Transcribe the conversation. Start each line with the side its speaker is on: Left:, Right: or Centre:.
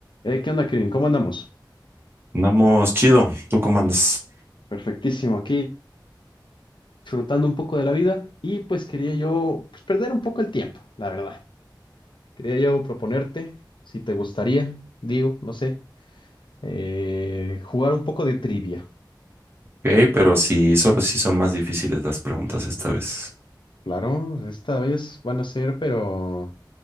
Left: Eh, ¿qué onda, Kevin? ¿Cómo andamos?
Right: Andamos chido, tú comandas.
Left: Perfectísimo, aquí disfrutando un poco de la vida y pues quería yo pues, perder un poco el tiempo, la verdad. Quería yo proponerte, si te gustaría, digo, no sé, eh, jugar un poco de trivia.
Right: Ok, pero sí, solo si son más difíciles las preguntas esta vez.
Left: Claro, esta vez van a ser, pero